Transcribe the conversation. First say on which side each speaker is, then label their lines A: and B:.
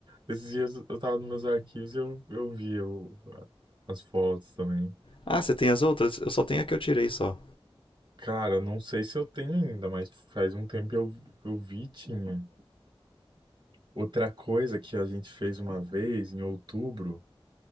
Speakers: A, on the right (about 50°); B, on the left (about 65°).
A: Esses dias eu tava nos meus arquivos e eu, eu vi o- as fotos também.
B: Ah, você tem as outras? Eu só tenho a que eu tirei só.
A: Cara, não sei se eu tenho ainda, mas faz um tempo eu, eu vi e tinha. Outra coisa que a gente fez uma vez em outubro